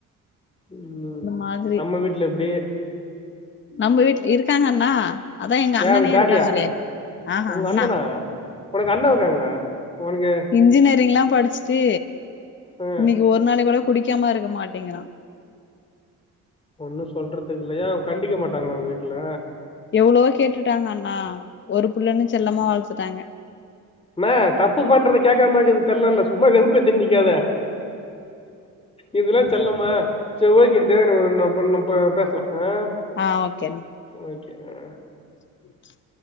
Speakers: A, on the left; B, on the left.
A: உம்
B: மாதிரி
A: நம்ம வீட்ல எப்டி
B: நம்ம வீட் இருக்காங்கண்ணா அதா எங்க அண்ணனே
A: யாரு டாடியா
B: இருக்காங்களே ஆஹா
A: உங்க
B: அண்ணா
A: அண்ணனா உனக்கு அண்ண இருக்காங்களா உனக்கு
B: இன்ஜினியரிங் லா படிச்சுட்டு
A: ஆ
B: இன்னிக்கு ஒரு நாளை கூட குடிக்காம இருக்க மாட்டேங்கிறா
A: ஒன்னு சொல்றதுக்கு இல்லையா கண்டிக்க மாட்டாங்கனா உங்க வீட்ல
B: எவ்ளோவோ கேட்டுட்டாங்க அண்ணா ஒரு பிள்ளன்னு செல்லமா வளத்துட்டாங்க
A: மே தப்பு பண்றத கேக்காமக்கது செல்லல சும்மா வெதுப்பேத்திண்ணிக்காத இதெல்லா செல்லமா ச ஓகே தேவேனு ஒண்ணா பண்ணும் ப பேஸ்லா ஆ
B: ஆ ஓகேண்ண
A: ஓகே அ
B: ம்